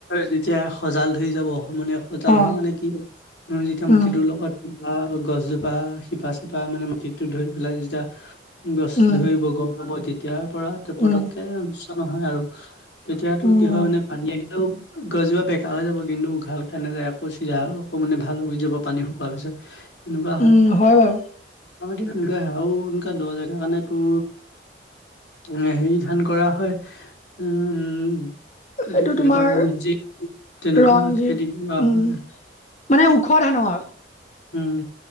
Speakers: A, on the left; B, on the left.
A: তেতিয়া সজাল ধৰি যাব মানে সজাল
B: অ
A: হোৱা মানে কি যেতিয়া মাটিটোৰ
B: উম
A: লগত গছজোপা শিপা চিপা মানে মাটিতো ধৰি পেলাই যেতিয়া গছ
B: উম
A: ধৰিব গম পাব তেতিয়াৰ পৰা প্ৰতককে
B: উম
A: অনিষ্ট নহয় আৰু। তেতিয়াতো
B: উম,
A: কি হয় মানে পানী আহিলেও গছোপা বেকা হৈ যাব কিন্তু উঘাল খাই নাযায় আকৌ চিধা আকৌ মানে ভাল হৈ যাব পানী শুকোৱাৰ পিছত। তেনেকুৱা হয়।
B: উম, বাৰু
A: হেয়া মাটি তেনেকুৱায়ে হয় আৰু এনেকুৱা দহ জেগাৰ কাৰণে তোৰ উম, হেৰি ধান কৰা হয় উম এতো
B: সেইটো
A: কি বুলি
B: তোমাৰ
A: কয় যি তেনেকুৱা
B: ৰঞ্জিত
A: খেতি কৰা
B: উম,
A: হয়।
B: মানে ওখ হানো আৰু।
A: উম।